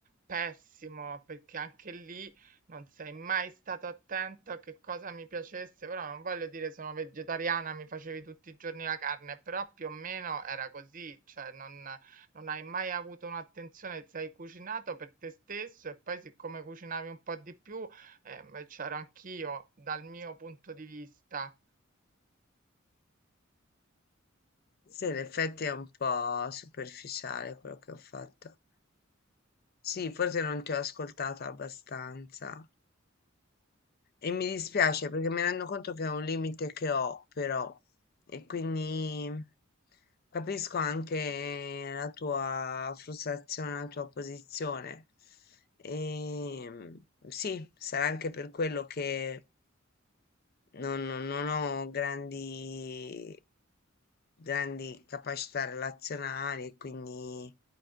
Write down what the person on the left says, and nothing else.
sì, in effetti è un po' superficiale quello che ho fatto. Sì, forse non ti ho ascoltato abbastanza. E mi dispiace perché mi rendo conto che è un limite che ho, però, e quindi capisco anche la tua frustrazione, la tua posizione. E sì, sarà anche per quello che non, non- non ho grandi, grandi capacità relazionali, e quindi